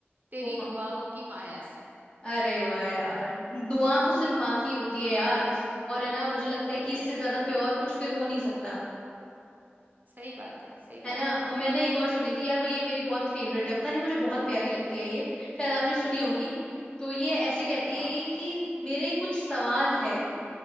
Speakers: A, on the right; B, on the left.
A: तेरी
B: वो
A: दुआओं
B: माँ
A: की माया सी
B: अरे वाह यार दुआ तो सिर्फ माँ की होती है यार और है ना मुझे लगता
A: सही
B: है कि इससे
A: है
B: ज्यादा प्योर कुछ फिर हो नहीं सकता
A: सही बात है सही
B: है
A: बात
B: ना और
A: है
B: मैंने एक और सुनी थी यार वो ये मेरी बहुत फेवरेट है पता नहीं मुझे बहुत प्यारी लगती है ये शायद आपने सुनी होगी तो ये ऐसे कहती
A: हाँ
B: है ये कि मेरे कुछ सवाल है